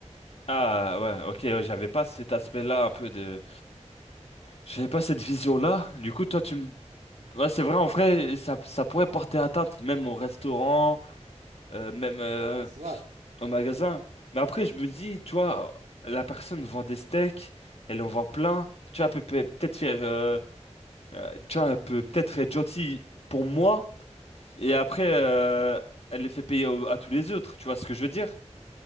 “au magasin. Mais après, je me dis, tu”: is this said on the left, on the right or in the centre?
Left